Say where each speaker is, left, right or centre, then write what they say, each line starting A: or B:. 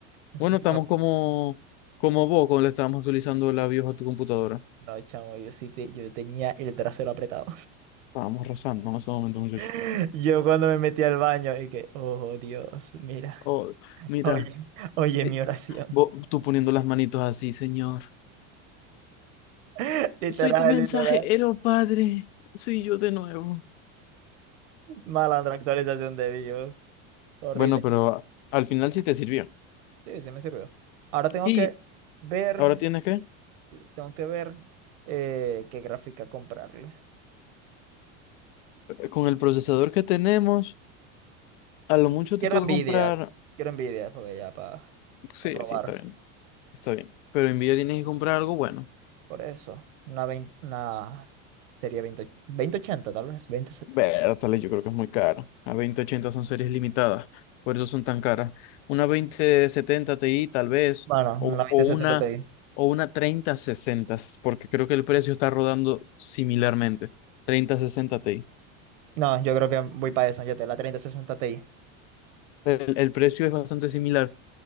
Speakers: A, on the right; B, on the left.
A: <laughs>
B: Bueno, estamos como, como vos cuando le estábamos actualizando la BIOS a tu computadora.
A: No, no, chamo, yo sí te, yo tenía el trasero apretado.
B: Estábamos rezando en ese momento, muchachos.
A: <laughs> Yo cuando me metí al baño y que, oh Dios, mira,
B: Oh, mira,
A: oye, oye
B: eh,
A: mi oración.
B: vos, tú poniendo las manitos así, señor.
A: <laughs> Literal,
B: Soy tu mensajero,
A: literal.
B: padre. Soy yo de nuevo.
A: Malandra actualización de BIOS. Horrible.
B: Bueno, pero al final sí te sirvió.
A: Sí, sí me sirvió. Ahora tengo
B: Y
A: que ver,
B: ahora tienes que,
A: tengo que ver eh, qué gráfica comprarle.
B: con el procesador que tenemos, a lo mucho
A: Y Quiero
B: te toca
A: Nvidia,
B: comprar.
A: quiero Nvidia, porque ya para
B: Sí,
A: probar.
B: sí, está bien, está bien. Pero Nvidia tienes que comprar algo bueno.
A: Por eso, una, 20 una sería veinte veinte ochenta tal vez, 2070.
B: Bertale, yo creo que es muy caro. A veinte ochenta son series limitadas, por eso son tan caras. Una veinte setenta Ti tal vez,
A: Bueno,
B: o,
A: una veinte
B: o una,
A: setenta Ti.
B: o una 3060, porque creo que el precio está rodando similarmente. treinta sesenta Ti.
A: No, yo creo que voy para eso, ya te la treinta sesenta Ti.
B: El, el precio es bastante similar